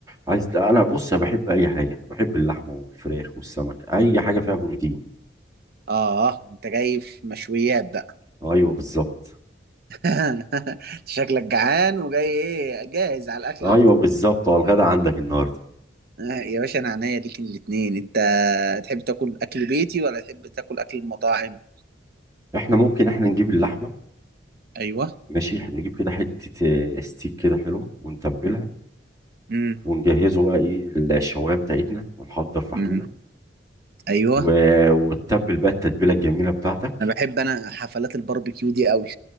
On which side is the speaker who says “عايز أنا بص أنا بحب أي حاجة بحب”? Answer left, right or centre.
Right